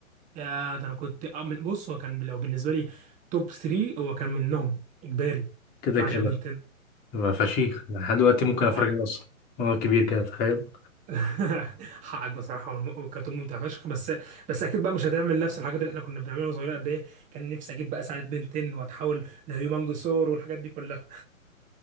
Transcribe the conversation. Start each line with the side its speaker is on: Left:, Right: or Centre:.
Right: يا ده انا كنت آه، من بص هو كان لو بالنسبه لي توب 3 هو كان منهم اجباري
Left: كده
Right: كنت بعشق
Left: كده
Right: بنتين
Left: بقى فشيخ لحد دلوقتي ممكن اتفرج
Right: و...
Left: عليه اصلا وانا كبير كده تخيل
Right: <laughs> حقك بصراحه هو الم- هو الكرتون ممتع فشخ بس بس اكيد بقى مش هتعمل نفس الحاجات اللي احنا كنا بنعملها واحنا صغيرين قد ايه كان نفسي اجيب بقى ساعه بنتين واتحول لهيومنجسور والحاجات دي كلها